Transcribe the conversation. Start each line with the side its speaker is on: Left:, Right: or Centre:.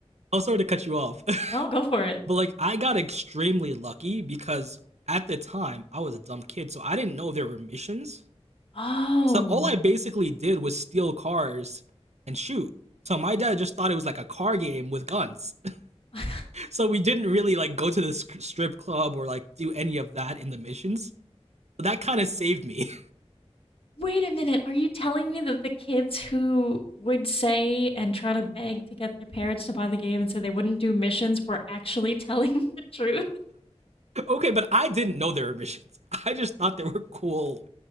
Right: I'm sorry to cut you off, <laughs>
Left: no, go for it.
Right: but like I got extremely lucky because at the time I was a dumb kid, so I didn't know there were missions.
Left: Oh.
Right: So all I basically did was steal cars and shoot. So my dad just thought it was like a car game with guns. <laughs>
Left: <laughs>
Right: So we didn't really like go to the strip club or like do any of that in the missions. So that kind of saved me.
Left: Wait a minute. Are you telling me that the kids who would say and try to beg to get their parents to buy the game and say they wouldn't do missions were actually <laughs> telling the truth? <laughs>
Right: <laughs> okay, but I didn't know there were missions. <laughs> I just thought they were cool,